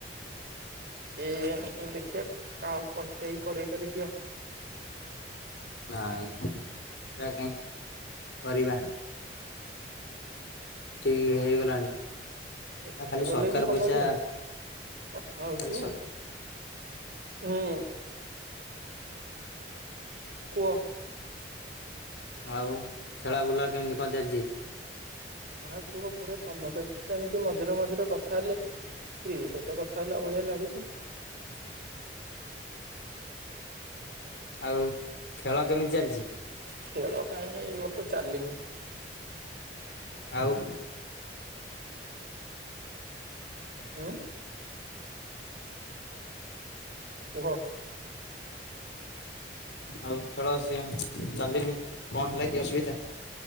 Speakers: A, on the right; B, on the left.
A: ଏ ମୁଁ ଦେଖିବା କାହା କହି କାହି କରେଇ କରେଇ ଦିଅ।
B: ନାଇଁ ମ। <unintelligible> କରିବା। ଠିକ ହେଇଗଲାଣି।
A: ଏକା
B: ଆଉ ଖାଲି
A: ଗଲେ
B: ସରକାର
A: ବି ହବ
B: ପଇସା
A: ଯେ କଥା ହଉଚୁ।
B: ଖାଲି ସ
A: ହୁଁ। କୁହ
B: ଜ୍ଞା ଆଉ ଖେଳା ବୁଲା କେମିତି କଣ ଚାଲିଚି?
A: ଯାହା କୁହ ପୁରା ତମ ସହିତ ତ ଏମିତି ମଝିରେ ମଝିରେ କଥା ହେଲେ ତ୍ରି ସହିତ କଥା ହେଲା ଭଳିଆ ଲାଗୁଚି।
B: <inaudible> ଆଉ ଖେଳ କେମିତି ଚାଲିଚି?
A: ଖେଳ କାହିଁକି ଏଇ ବର୍ଷ ଚାଲିନି?
B: ଆଉ
A: ଏ ଓହୋ।
B: ଆଉ ଖେଳ ସିଏ ଚାଲିନି କଣ ହେଲା କି ଅସୁବିଧା?